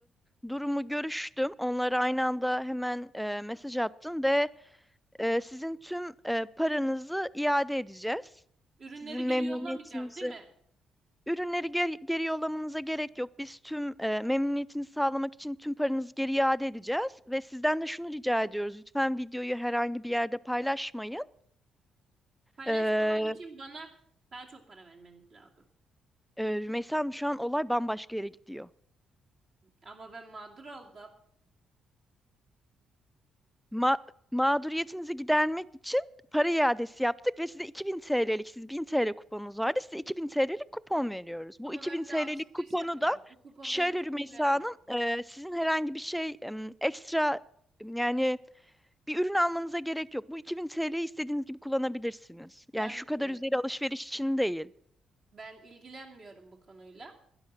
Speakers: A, in the centre; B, on the right.
A: e, durumu görüştüm. Onlara aynı anda hemen e, mesaj attım ve
B: Hı.
A: e, sizin tüm e, paranızı iade edeceğiz.
B: Ürünleri
A: Sizin memnuniyetinizi
B: geri yollamayacağım, değil mi?
A: Ürünleri geri, geri yollamanıza gerek yok. Biz tüm e, memnuniyetini sağlamak için tüm paranızı geri iade edeceğiz. Ve sizden de şunu rica ediyoruz. Lütfen videoyu herhangi bir yerde paylaşmayın.
B: Paylaşmamam
A: Ee,
B: için bana daha çok para vermeniz lazım.
A: e, Rümeysa Hanım şu an olay bambaşka yere gidiyor.
B: Ama ben mağdur oldum.
A: Ma- mağduriyetinizi gidermek için para iadesi yaptık ve size 2000 TL'lik, siz 1000 TL kuponunuz vardı. Size 2000 TL'lik kupon veriyoruz. Bu
B: Ama
A: 2000
B: ben bir
A: TL'lik
B: de alışveriş
A: kuponu
B: yapmayacağım.
A: da
B: O kupon
A: şöyle
B: benim hiçbir
A: Rümeysa
B: yaramaz.
A: Hanım, e, sizin herhangi bir şey em, ekstra... Yani Bir ürün almanıza gerek yok. Bu 2000 TL'yi istediğiniz gibi kullanabilirsiniz. Yani
B: Ben
A: şu
B: bilmiyorum.
A: kadar üzeri alışveriş için değil.
B: Ben ilgilenmiyorum bu konuyla.